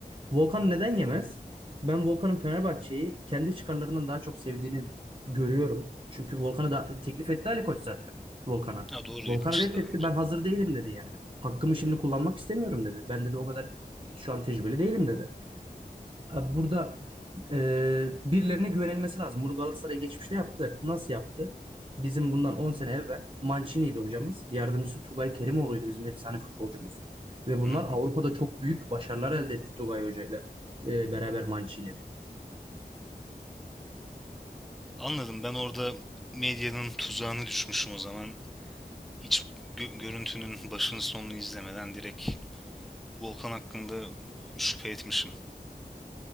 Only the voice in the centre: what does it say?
Ha doğru
etmişti
daha önce.
Hı hı.
Anladım. Ben orada medyanın tuzağına düşmüşüm o zaman. Hiç gö- görüntünün başını sonunu izlemeden direkt Volkan hakkında şüphe etmişim.